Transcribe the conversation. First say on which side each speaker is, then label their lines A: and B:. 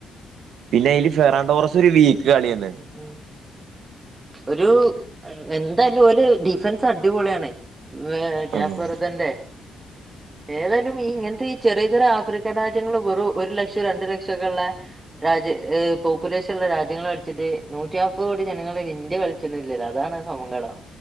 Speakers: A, on the right (about 75°); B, on the right (about 25°).
A: പിന്നെ അതില് ഫെറണ്ടോറസ് ഒരു വീക്ക് കളിയന്ന്
B: ഉം ഒരു എന്തായാലും ഓന്റെ ഡിഫൻസ് അടിപൊളിയാണ് കാപ്
A: ആഹ്
B: വെർതെന്റെ ഏതായാലും ഈ ഇങ്ങനത്തെ ഈ ചെറിയ ചെറിയ ആഫ്രിക്കൻ രാജ്യങ്ങൾ വെറും ഒരു ലക്ഷം രണ്ടു ലക്ഷം ഒക്കെ ഉള്ളെ രാജ്യ ഏഹ് പോപ്പുലേഷൻ ഉള്ള രാജ്യങ്ങൾ അടിച്ചിട്ട് നൂറ്റിയാപ്പത് കോ -- ജനങ്ങളൊരു ഇന്ത്യ കളിച്ചൊന്നില്ല അതാണ് സങ്കടം